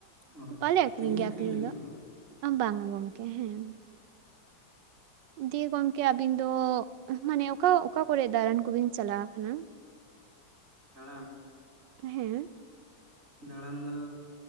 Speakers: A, on the right; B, on the right.
A: ᱚ
B: ᱵᱟᱞᱮ ᱟᱠᱷᱨᱤᱧ
A: ᱠᱤᱨᱤᱧ
B: ᱜᱮᱭᱟ
A: ᱟᱹᱠᱷᱨᱤᱧ
B: ᱟᱠᱷᱨᱤᱧ
A: ᱞᱟᱹᱜᱤᱫ
B: ᱫᱚ
A: ᱵᱟᱝ
B: ᱵᱟᱝᱟ ᱜᱚᱝᱠᱮ ᱦᱮᱸ ᱫᱤᱭᱮ ᱜᱚᱝᱠᱮ ᱟᱵᱤᱱ ᱫᱚ ᱢᱟᱱᱮ ᱚᱠᱟ ᱚᱠᱟ ᱠᱚᱨᱮ ᱫᱟᱬᱟᱱ ᱠᱚᱵᱤᱱ ᱪᱟᱞᱟᱣ ᱠᱟᱱᱟ
A: ᱫᱟᱬᱟᱱ
B: ᱦᱮᱸ
A: ᱫᱟᱬᱟᱱ ᱫᱚ